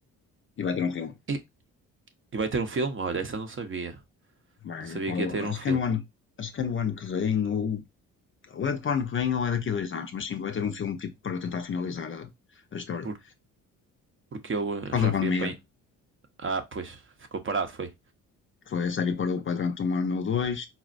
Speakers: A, on the left; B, on the right.
A: E vai ter um filme.
B: E, e vai ter um filme? Olha, essa eu não sabia.
A: Bem,
B: Não sabia
A: pá,
B: que ia ter um
A: acho
B: filme.
A: que é no ano, acho que é no ano que vem, ou, ou é do ano que vem, ou é daqui a dois anos, mas sim, vai ter um filme tipo para tentar finalizar a, a história.
B: Por-
A: Por
B: porque eu eh,
A: causa
B: já
A: da pandemia,
B: fui apanhar. Ah, pois, ficou parado, foi.
A: foi a série parou pá, durante um ano ou dois,